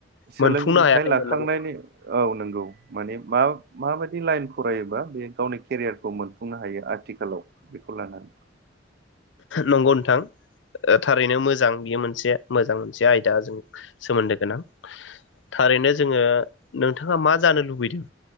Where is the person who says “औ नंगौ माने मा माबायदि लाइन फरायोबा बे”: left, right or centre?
Right